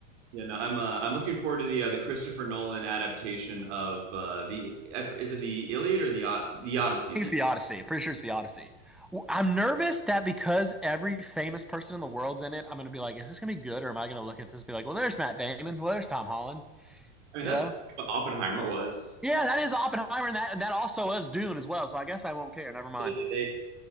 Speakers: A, on the right; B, in the centre.
A: Yeah, no, I'm uh, I'm looking forward to the uh, the Christopher Nolan adaptation of uh, the is it the Iliad or the Od the Odyssey?
B: think
A: The
B: it's the Odyssey. I'm pretty sure it's the Odyssey. Well, I'm nervous that because every famous person in the world's in it, I'm gonna be like, is this gonna be good, or am I gonna look at this and be like, well, there's Matt Damon, well, there's Tom Holland,
A: I mean
B: you
A: that's
B: know?
A: what Oppenheimer was.
B: Yeah, that is Oppenheimer, and that and that also is Dune as well. So I guess I won't care. Never mind.
A: So, yeah, They-